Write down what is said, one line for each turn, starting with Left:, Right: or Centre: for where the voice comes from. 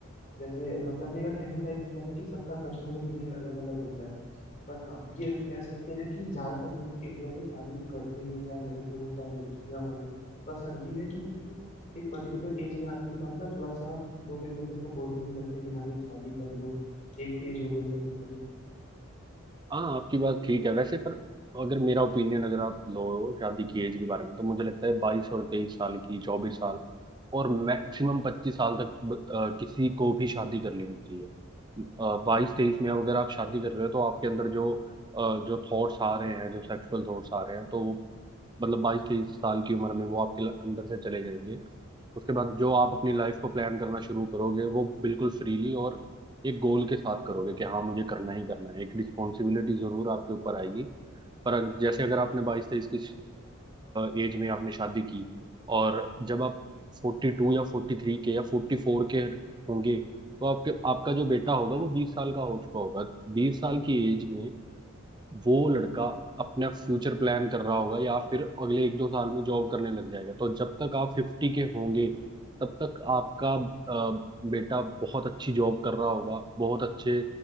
Left: जैसे मतलब मेरा कहने का ये मतलब है कि सबका पर्सनल ओपिनियन अलग अलग होता है बट हाँ ये हम कह सकते हैं कि ज्यादातर लोग इंडिया में शादी तो करते ही है चाहे लड़के हो चाहे लड़कियां हो बस हाँ ये है कि एक पर्टिकुलर एज में आने के बाद ना थोड़ा सा लोग एक दूसरे को बोलने भी लगते हैं कि भाई अब शादी कर लो एक एज हो गई है तुम्हारी
Right: हाँ आपकी बात ठीक है वैसे पर अगर मेरा ओपिनियन अगर आप लो शादी की एज के बारे में तो मुझे लगता है बाईस और तेईस साल की चौबीस साल और मैक्सिमम पच्चीस साल तक ब- अ, किसी को भी शादी कर लेनी चाहिए बाईस तेईस में अगर आप शादी कर रहे हो तो आपके अंदर जो अ, जो थॉट्स आ रहे हैं जो सेक्सुअल थॉट्स आ रहे हैं तो वो मतलब बाईस तेईस साल की उम्र में वो आपके अंदर से चले जाएंगे उसके बाद जो आप अपनी लाइफ को प्लान करना शुरू करोगे वो बिल्कुल फ्रीली और एक गोल के साथ करोगे कि हाँ मुझे करना ही करना है एक रिस्पॉन्सिबिलिटी जरूर आपके ऊपर आएगी पर अग- जैसे अगर आपने बाईस तेईस की एज में आपने शादी की और जब आप फोर्टी टू या फोर्टी थ्री के या फोर्टी फोर के होंगे तो आपके आपका जो बेटा होगा वो बीस साल का हो चुका होगा बीस साल की एज में वो लड़का अपना फ्यूचर प्लान कर रहा होगा या फिर अगले एक दो साल में जॉब करने लग जाएगा तो जब तक आप फिफ्टी के होंगे तब तक आपका अ, बेटा बहुत अच्छी जॉब कर रहा होगा बहुत अच्छे